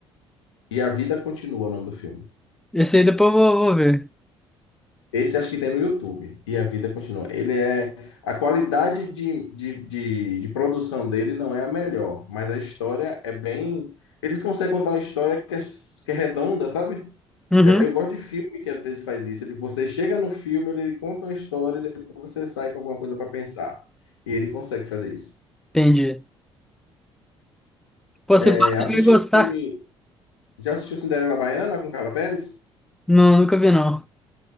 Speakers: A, on the left; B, in the centre.
A: E a Vida Continua, o nome do filme.
B: Esse aí depois eu vou, vou ver.
A: Esse acho que tem no YouTube. E a Vida Continua. Ele é. A qualidade de, de, de, de produção dele não é a melhor, mas a história é bem. Eles conseguem contar uma história que é, que é redonda, sabe?
B: Uhum,
A: É, Eu gosto de filme que às vezes faz isso. Ele, você chega no filme, ele conta uma história, e depois você sai com alguma coisa para pensar. E ele consegue fazer isso.
B: entendi. Pô, se
A: É,
B: passa, você
A: assistiu
B: vai gostar.
A: o filme. Já assistiu Cinderela Baiana com Carla Pérez?
B: Não, nunca vi, não.